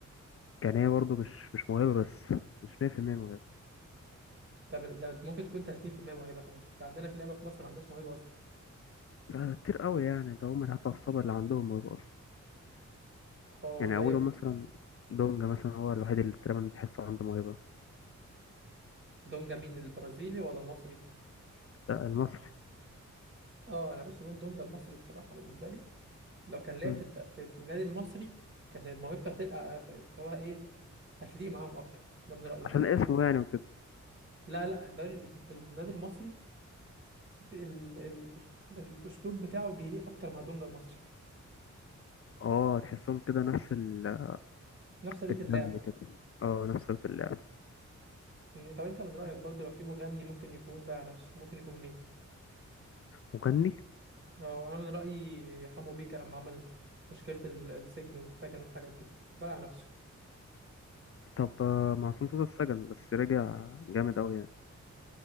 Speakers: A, on the left; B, on the right.
A: يعني هي برضه مش مش موهبة بس مش 100% موهبة
B: طب ال- ده ممكن تكون 30% موهبه خلي بالك عندنا في لعبه في مصر ما عندهاش موهبه اصلا
A: ده كتير قوي يعني ده هم حتى الصبر اللي عندهم موهبة أصلا
B: اه
A: يعني
B: زي
A: أولهم مثلا دونجا مثلا هو الوحيد اللي تقريبا بحسه عنده موهبة
B: دونجا مين البرازيلي ولا المصري
A: ده المصري
B: اه انا بص بون دونجا المصري بصراحه بالنسبه لي لو كان لعب
A: مم.
B: في الد- في النادي المصري كان موهبته هتلقى اللي هو ايه هتليق معاهم اكتر ده من رأيي
A: عشان اسمه يعني وكده
B: لا لا الدوري ال- النادي المصري ال... ال... الاسلوب بتاعه بيليق اكتر مع دونجا المصري
A: اه تحسهم كده نفس ال-
B: نفس طريقة
A: الدم
B: اللعب
A: كده اه نفس في اللعب
B: يعني طب انت من رأيك برضو لو في مغني ممكن يكون ضيع نفسه ممكن يكون مين
A: مغني
B: أو انا من رأيي حمو بيكا لما عمل مشكلة ال- السجن والسجن والحاجات دي ضيع نفسه
A: طب آه، معصوم صوت السجن بس رجع جامد أوي يعني